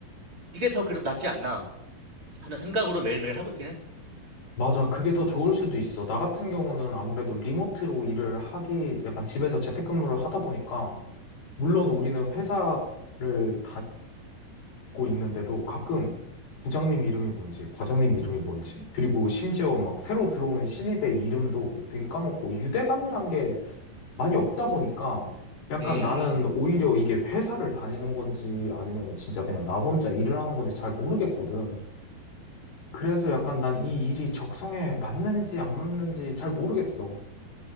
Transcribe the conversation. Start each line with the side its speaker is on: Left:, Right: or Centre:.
Right: 이게 더 그래도 낫지 않나 하는 생각으로 매일매일 하고 있긴 해.
Left: 맞아. 그게 더 좋을 수도 있어. 나 같은 경우는 아무래도 리모트로 일을 하기, 약간 집에서 재택근무를 하다 보니까, 물론 우리는 회사를 고 있는데도 가끔 부장님 이름이 뭔지, 과장님 이름이 뭔지, 그리고 심지어 막 새로 들어온 신입의 이름도 되게 까먹고 유대감이란 게 많이 없다 보니까 약간
Right: 음.
Left: 나는 오히려 이게 회사를 다니는 건지 아니면 진짜 그냥 나 혼자 일을 하는 건지 잘 모르겠거든. 그래서 약간 난 이 일이 적성에 맞는지 안 맞는지 잘 모르겠어.